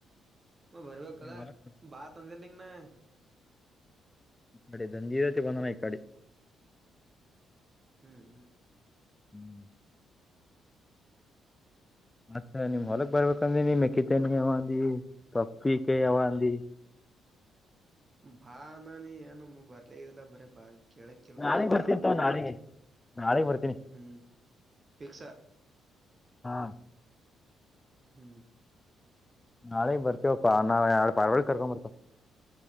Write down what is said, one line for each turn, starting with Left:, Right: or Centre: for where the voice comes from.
Right: ಹ ಬರ್ಬೇಕಲ್ಲ
Left: ನಿಮ್ ಹೊಲಕ್
Right: ಬಾ ತಂದಿಲ್ ನಿಂಗನ
Left: ಇ ಕಡೆ ದಧರ ಬಂದಣ ಇ ಕಾಡೆ
Right: ಹ್ಮ್ ಹ್ಮ್
Left: ಹ್ಮ್ ಮತ್ತೆ ನಿಮ್ ಹೊಲಗ್ ಬರ್ಬೇಕಂದ್ರ ನೀ ಮೆಕ್ಕ ತನ್ ಯಾವ ಅಂದಿ ಪಪ್ಪಿಕಾಯ ಯಾವ ಅಂದಿ
Right: ಬಾ ನಾನ ಏನ ಬರ್ಲ ಇದಲ್ಲಾ ಬರೀ ಬಾಗಿ ಕೇಳಕ್ ಕೇಳತಿ
Left: ನಾಳಿಗ್ ಬರ್ತೀನಿ
Right: ಬಾ ಒಂದಿನ
Left: ತಗೋ ನಾಳಿಗೆ ನಾಳಿಗ್ ಬರ್ತೀನಿ
Right: ಹ್ಮ್ ಿಕ್ಸ
Left: ಹಾ
Right: ಹ್ಮ್
Left: ನಾಳೆಗ್ ಬರ್ತೇವಪ್ಪಾ ನಾವ ಯ ಪಾರ್ವಾಳ ಕರ್ಕೊಂಡ್ ಬರ್ತ